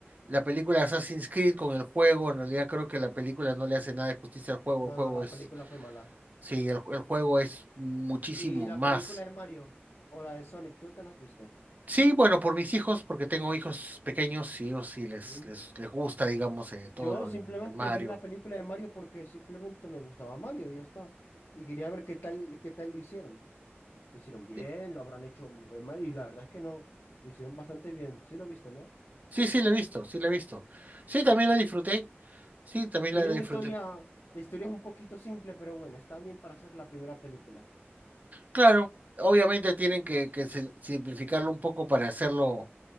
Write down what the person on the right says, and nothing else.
la película Assassin's Creed con el juego, en realidad creo que la película no le hace nada de justicia al juego,
el juego
es,
sí, el el juego es muchísimo
más.
Sí, bueno, por mis hijos, porque tengo hijos pequeños y ellos sí les,
les, les gusta, digamos, eh, todo
lo
de Mario.
Sí,
sí, sí, la he visto, sí, la he visto. Sí, también la disfruté, sí, también
la, la
disfruté.
Claro, obviamente tienen que, que se- simplificarlo un poco para hacerlo